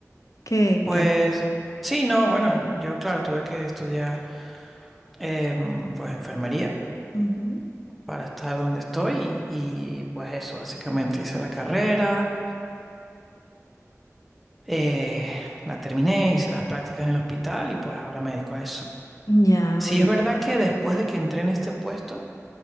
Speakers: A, on the left; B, in the centre.
A: que,
B: Pues
A: que...
B: sí, no, bueno, yo claro, tuve que estudiar em, pues enfermería
A: Ujú.
B: para estar donde estoy y, y, pues eso, básicamente hice la carrera, Eh, la terminé, hice las prácticas en el hospital y pues ahora me dedico a eso.
A: Ya,
B: Sí,
A: oye,
B: es verdad que después de que entré en este puesto,